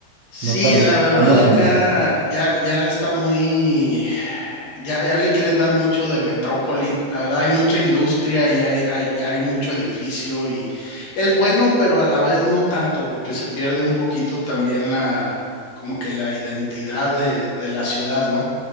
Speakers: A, on the left; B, on the right.
A: Sí,
B: no tardamos
A: la verdad acá
B: en ya.
A: ya, ya está muy, ya, ya le quieren dar mucho de metrópoli. La verdad hay mucha industria y hay, hay, ya hay mucho edificio y es bueno, pero a la vez no tanto porque se pierde un poquito también la, como que la identidad de, de la ciudad, ¿no?